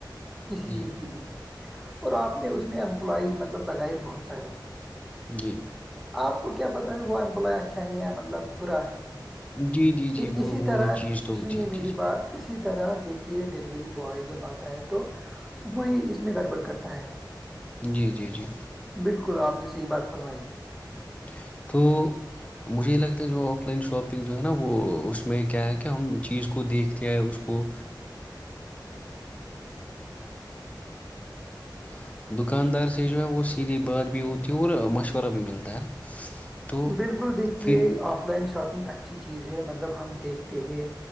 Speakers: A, in the centre; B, on the left.
A: کسی
B: جی
A: چیز کی بھی اور آپ نے اس میں امپلائی مطلب لگائے بہت سارے
B: جی
A: آپ کو کیا پت ہے وہ امپلائے اچھا ہی ہےیا مطلب برا ہے
B: جی جی جی وہ
A: اسی
B: وہ
A: طرح
B: چیز تو ہوتی
A: سنیے
B: ہے
A: میری
B: جی جی
A: بات اسی طرح دیکھیے ڈیلیوری بوائے جب آتا ہے تو وہی اس میں گڑبڑ کرتا ہے
B: جی جی جی
A: بالکل آپ نے صحیح بات فرمائی
B: توٹ مجھے یہ لگتا ہے جو آف لائن شاپنگ جو ہے نا وہ اس میں کیا ہے کہ ہم چیز کو دیکھتے ہیں اس کو <inaudible> دکاندار سے جو ہے وہ سیدھی بات بھی ہوتی ہے اور مشورہ بھی ملتا ہے نا تو
A: بالکل دیکھیے
B: پھر
A: آف لائن شاپنگ اچھی چیز ہے مطلب ہم دیکھتے ہیں